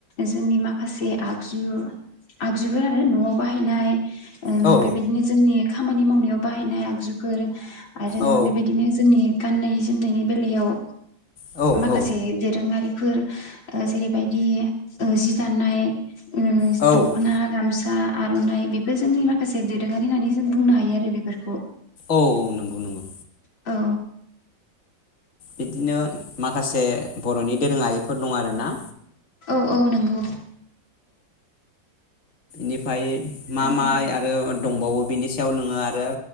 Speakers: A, on the left (about 85°); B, on the left (about 40°).
A: जोंनि माखासे आगजु आगजुफोर आरो न'आव बाहायनाय ओ
B: औ
A: बेबायदिनो जोंनि खामानि मावनायाव बाहायनाय आगजुफोर। आरो
B: औ
A: बेबायदिनो जोंनि गाननाय जोमनायनि बेलायाव।
B: औ।
A: खासे दोरोङारि फोर ओ जेरैबायदि ओ जि दानाय। उम
B: औ औ
A: दखना गामसा। आर'नाइ बेफोर जोंनि माखासे दोरोङारि होननानै जों बुंनो हायो आरो बेफोरखौ।
B: औ। <inaudible>
A: औ।
B: बिदिनो माखासे बर'नि दोरोंङारिफोर दं आरोना।
A: औ औ नोंगौ।
B: निफाय मा
A: औ
B: माइ आरो। दंबावो बिनि सायाव नोङो आरो